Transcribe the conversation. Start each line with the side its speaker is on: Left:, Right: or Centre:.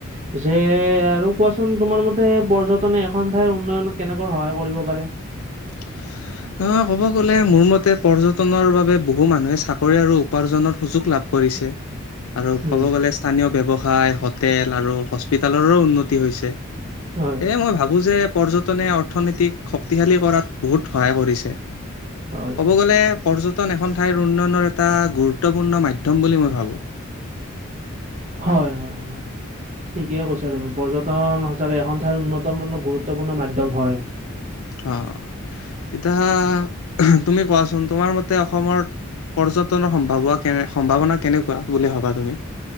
Right: পিছে এ আৰু কোৱাচোন তোমাৰ মতে পৰ্যটনে এখন ঠাইৰ উন্নয়নত কেনেকৈ সহায় কৰিব পাৰে
Left: <unintelligible> অ, ক'ব গ'লে মোৰ মতে পৰ্যটনৰ বাবে বহু মানুহে চাকৰি আৰু উপাৰ্জনৰ সুযোগ লাভ কৰিছে আৰু
Right: উম
Left: ক'ব গ'লে স্থানীয় ব্যৱসায় হটেল আৰু হস্পিতালৰো উন্নতি হৈছে
Right: হয়
Left: এ মই ভাবো যে পৰ্যটনে অৰ্থনীতিক শক্তিশালী কৰাত বহুত সহায় কৰিছে।
Right: হয়
Left: ক'ব গ'লে পৰ্যটন এখন ঠাইৰ উন্নয়নৰ এটা গুৰুত্বপূৰ্ণ মাধ্যম বুলি মই ভাবো।
Right: হয় হয় হয় ঠিকে কৈছা তুমি পৰ্যটন সঁচাকে এখন ঠাইৰ উন্নতম গুৰুত্বপূৰ্ণ মাধ্যম হয়।
Left: অ এতা, উমহ তুমি কোৱাচোন তোমাৰ মতে অসমৰ পৰ্যটনৰ সম্ভাৱা কে সম্ভাৱনা কেনেকুৱা বুলি ভাবা তুমি?